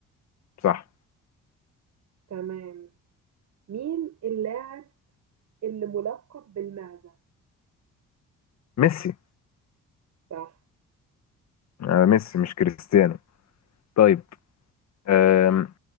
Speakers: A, on the left; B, on the right.
A: صح
B: تمام مين اللاعب اللي ملقب بالمعزة
A: ميسي
B: صح
A: آه ميسي مش كريستيانو طيب أم.